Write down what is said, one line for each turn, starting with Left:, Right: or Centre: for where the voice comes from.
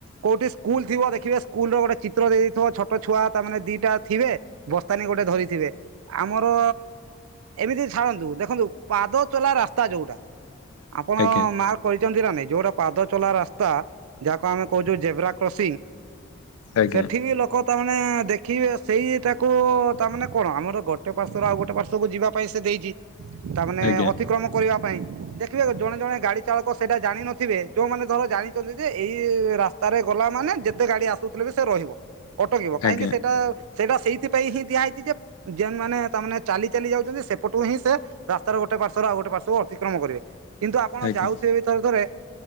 Right: କୋଉଠି ସ୍କୁଲ୍ ଥିବ ଦେଖିବ ସ୍କୁଲର ଗୋଟେ ଚିତ୍ର ଦେଇେ ଦେଇଥିବ ଛୋଟ ଛୁଆ ତାମାନେେ ଦିଟା ଥୀବେ ବର୍ସ୍ତାନୀ ଗୋଟେ ଧରିଥିବେ ଆମର ଏମିତି ଛାଡ଼ନ୍ତୁ ଦେଖନ୍ତୁ ପାଦ ଚଲା ରାସ୍ତା ଯୋଉଟା ଆପଣ
Left: ଆଜ୍ଞା
Right: ମା କହିଛନ୍ତି ନା ନାଇଁ ଯୋଉଟା ପାଦ ଚୋଲା ରାସ୍ତା ଯାହାକୁ ଆମେ କହୁଛୁ ଜେବ୍ରା କ୍ରସିଂ
Left: ଆଜ୍ଞା
Right: ସେଠି ବି ଲୋକ ତା ମାନେ ଦେଖିବେ ସେଇ ତା କ ତା ମାନେ କଣ ଆମର ଗୋଟେ ପାର୍ଶରୁ ଆଉ ଗୋଟେ ପାର୍ଶକୁ ଯିବା ପାଇଁ ସେ ଦେଇଛି ତା ମାନେ
Left: ଆଜ୍ଞା
Right: ଅତିକ୍ରମ କରିବା ପାଇଁ ଦେଖ ଜଣେ ଜଣେ ଗାଡି ଚାଳକ ସେଇଟା ଜାଣିିନଥିବେ ଯୋଉମାନେ ଧର ଜାଣିଛନ୍ତି ଯେ ଏଇ ରାସ୍ତା ରେ ଗଲା ମାନେ ଯେତେ ଗାଡି ଆସୁଥିଲେ ସେ ରହିବ ଅଟକିବ କାହିଁକି
Left: ଆଜ୍ଞା
Right: ସେଟା ସେଇଟା ସେଇଥି ପାଇଁ ହିଁ ଦିଆ ହେଇଛି ଯେନ୍ ମାନେ ତା ମାନେ ଚାଲି ଚାଲି ଯାଉଛନ୍ତି ସେପଟୁ ହିଁ ସେ ରାସ୍ତାର ଗୋଟେ ପାର୍ଶ୍ରୁ ଆଉ ଗୋଟେ ପାର୍ଶ୍ୱକୁ ଅତିକ୍ରମ କରିବେ କିନ୍ତୁ ଆପଣ
Left: ଆଜ୍ଞା
Right: ଯାଉଥିବେ ଥରେ ଥରେ